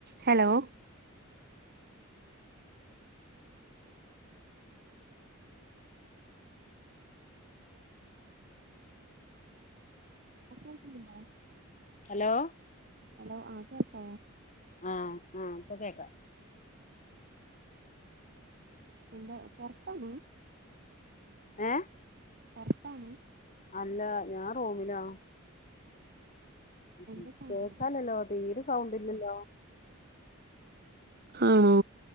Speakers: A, on the right (about 50°); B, on the left (about 35°).
A: ഹലോ കേൾക്കുന്നുണ്ടോ
B: ഹലോ
A: ഹലോ ആ കേൾക്കാവോ
B: ആഹ ആഹ്പ്പൊ കേക്ക
A: എന്താ പൊറത്താണോ
B: ഏ
A: അകത്താണോ
B: അല്ല ഞാൻ റോമിലാ ഉ
A: ഫാനിന്റെ സൗണ്ടോ
B: കേൾക്കാലല്ലോ തീരെ സൗണ്ടല്ലല്ലോ
A: ആണോ